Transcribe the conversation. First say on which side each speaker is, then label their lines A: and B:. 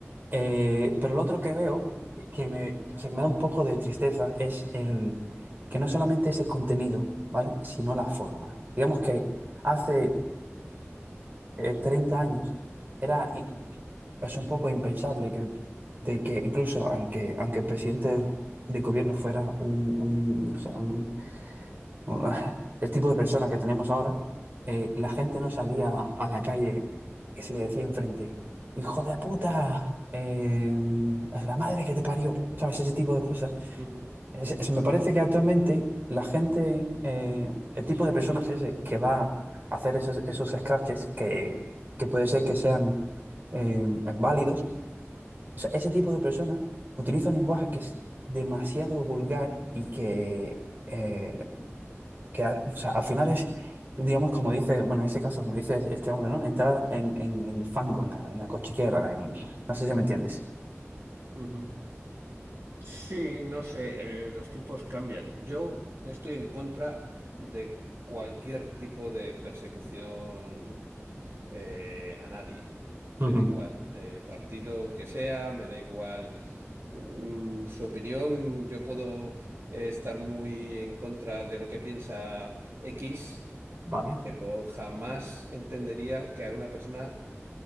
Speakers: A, on the right; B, on the right.
A: Eh, pero lo otro que veo, que me, o sea, que me da un poco de tristeza, es el que no solamente es el contenido, ¿vale? Sino la forma. Digamos que hace eh, 30 años era i- es un poco impensable que, de que incluso al que, aunque el presidente de gobierno fuera un un o sea un, <laughs> el tipo de persona que tenemos ahora, eh, la gente no salía a la calle y se le decía enfrente, hijo de puta, eh, es la madre que te parió, ¿sabes? Ese tipo de cosas.
B: Ujú,
A: Es- es- me parece que actualmente la gente, eh, el tipo de personas ese que va a hacer esos, esos scratches que, que puede ser que sean eh, válidos, o sea, ese tipo de personas utiliza un lenguaje que es demasiado vulgar y que... eh, que a- o sea, al final es, digamos, como dice, bueno, en ese caso, como dice este hombre, ¿no? Entrar en, en el fango, en la, en la cochiquera, en- no sé si me entiendes.
B: ujú. Sí, no sé, eh, los tiempos cambian. Yo estoy en contra de cualquier tipo de persecución eh, a nadie. Me
A: Ujú,
B: da igual, de partido que sea, me da igual. mm, Su opinión, yo puedo eh, estar muy en contra de lo que piensa X,
A: Vale.
B: Pero jamás entendería que a una persona...